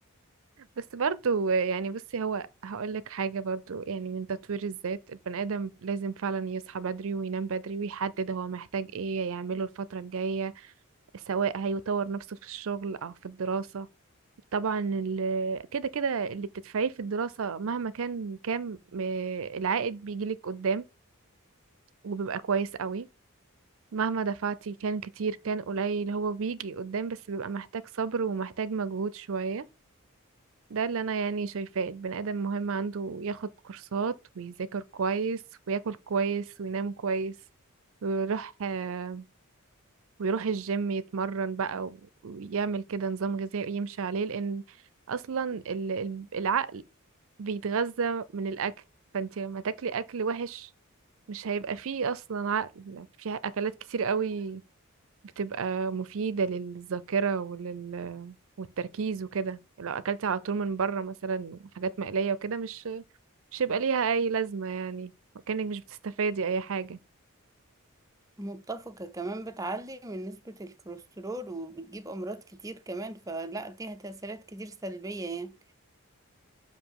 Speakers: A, on the right; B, on the right.
A: بس برضو يعني بصي هو هقولك حاجة برضو يعني من تطوير الذات البني آدم لازم فعلا يصحى بدري وينام بدري ويحدد هو محتاج إيه يعمله الفترة الجاية سواء هيطور نفسه في الشغل أو في الدراسة طبعا ال- كده كده اللي بتدفعيه في الدراسة مهما كان كام آه، العائد بيجيلك قدام وبيبقى كويس قوي مهما دفعتي كان كتير كان قليل هو بيجي قدام بس بيبقى محتاج صبر ومحتاج مجهود شوية ده اللي انا يعني شايفاه البني ادم مهم عنده ياخد كورسات ويذاكر كويس وياكل كويس وينام كويس ويروح آه، ويروح الجيم يتمرن بقى ويعمل كده نظام غذائي يمشي عليه لان اصلا ال- ال- العقل بيتغذى من الاكل فانت لما تاكلي اكل وحش مش هيبقى فيه اصلا عقل في اكلات كتير قوي بتبقى مفيدة للذاكرة ولل والتركيز وكده لو أكلت على طول من بره مثلا حاجات مقلية وكده مش مش هيبقى ليها أي لازمة يعني كأنك مش بتستفادي أي حاجة
B: متفقة كمان بتعلي من نسبة الكوليسترول وبتجيب أمراض كتير كمان فلا دي تأثيرات كتير سلبية يعني